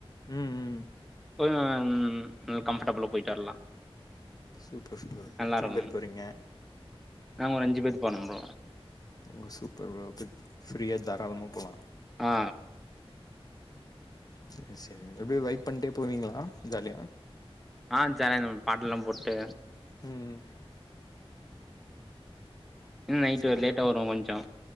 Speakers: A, on the left (about 40°); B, in the centre.
A: ம் ம்
B: ம் ம் கம்ஃபர்ட்டபுளா போயிட்டு வரலா
A: சூப்பர் சூப்பர்
B: நல்லா
A: எத்தன
B: இருக்கு
A: பேரு போறீங்க
B: நாங்க ஒரு அஞ்சு பேர் போனோ ப்ரோ
A: ஓ சூப்பர்வப்ப ஃபிரீயா தாராளமா போலா
B: ஆ
A: சரி சரி எப்டி வைப் பண்ட்டே போவீங்களா ஜாலியா
B: ஆ சேந்த பாட்டுல்லா போட்டு
A: ம்
B: இன்ன நைட்
A: சரிங்க
B: ஒரு லேட்டா வருவே கொஞ்சம்